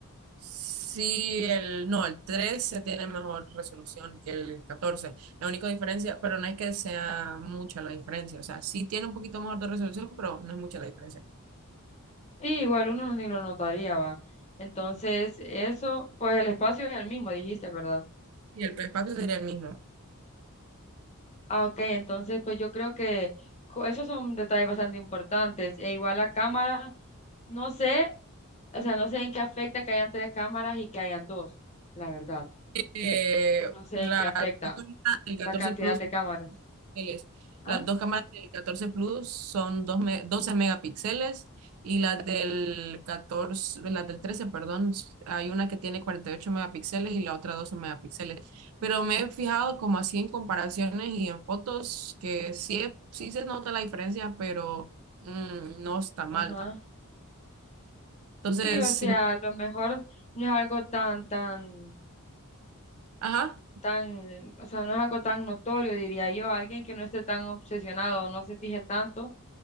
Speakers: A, on the right (about 70°); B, on the left (about 30°).
A: Sí, el, no, el 13 tiene mejor resolución que el catorce La única diferencia, pero no es que sea mucha la diferencia. O sea, sí tiene un poquito mejor de resolución, pero no es mucha la diferencia.
B: Sí, igual uno no- ni lo notaría, va. Entonces, eso, pues el espacio es el mismo, dijiste, ¿verdad?
A: Y el espacio sería el mismo.
B: Ah, ok, entonces, pues yo creo que co- esos son detalles bastante importantes. E igual la cámara, no sé, o sea, no sé en qué afecta que hayan tres cámaras y que hayan dos, la verdad.
A: Eh,
B: No sé
A: la,
B: en qué afecta
A: el
B: la
A: 14
B: cantidad
A: Plus
B: de cámaras.
A: megapíxeles.
B: ¿Ah?
A: Las dos cámaras del 14 Plus son dos me- 12 megapíxeles y las del 14 las del trece perdón, hay una que tiene 48 megapíxeles y la otra 12 megapíxeles. Pero me he fijado como así en comparaciones y en fotos que sí, he- sí se nota la diferencia, pero mm, no está mal
B: Ajá.
A: tampoco. Entonces,
B: Sí, o sea,
A: sí, me-
B: a lo mejor no es algo tan, tan,
A: ajá.
B: tan, o sea, no es algo tan notorio, diría yo. Alguien que no esté tan obsesionado, no se fije tanto,